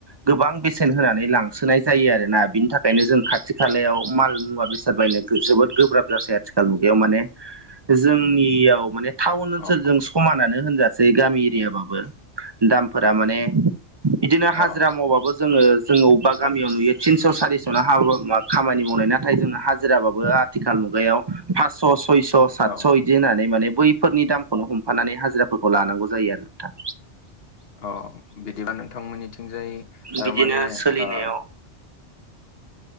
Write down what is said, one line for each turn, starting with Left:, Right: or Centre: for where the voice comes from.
Right: गोबां बेसेन होनानै लांसोनाय जायो आरो ना बिनि थाखायनो जों खाथि खालायाव माल मुवा बेसे <unintelligible> जोबोद गोब्राब जासै आथिखाल मुगायाव माने जोंनियाव माने टाउन ओनसोलजों
Left: औ
Right: समानानो होनजासै गामि एरियाबाबो दामफोरा माने इदिनो हाजिरा
Left: अ
Right: मावबाबो जोङो जोङो अबेबा
Left: उम
Right: गामियाव नुयो थिनस' सारिस'नो हाब खामानि मावनाय नाथाय जों हा जिराबो आथिखाल मुगायाव फास' सयस' सातस'
Left: औ
Right: बिदि होननानै माने बैफोरनि दामखौनो हमफानानै हाजिराफोरखौ लानांगौ जायो आरो नोंथां।
Left: अ बिदिबा नोंथांमोननिथिंजाय थारमाने
Right: बिदिनो सोलिनायाव
Left: ओ